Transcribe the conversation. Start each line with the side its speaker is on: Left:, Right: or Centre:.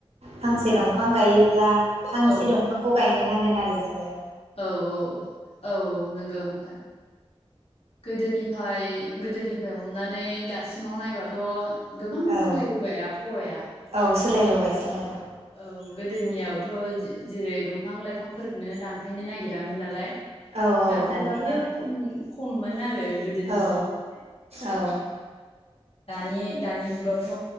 Right: फांसे दंफां गायोब्ला फां
Left: औ
Right: जि दंफांखौ गायनो नांगोन आरो यो जोंङो
Left: औ औ औ औ नंगौ
Right: औ
Left: नोंथां गोदोनिफाय गोदोनिफाय हमनानै दासिमाव नायबाथ गोबां
Right: औ
Left: सोलायबोबाय आबहावाया
Right: औ सोलायबोबाय सोलायबाय
Left: औ गोदोनियावथ जे-जेरै दंफां लाइफांफोरखौननो दान फायनो नागिरामोन नालाय
Right: औ औ
Left: दानफायबाबो
Right: दानफायनांगोन
Left: खम खम मोन आरो गोदोनि
Right: औ
Left: समावहाय
Right: औ
Left: दानि-दानि जु औ थ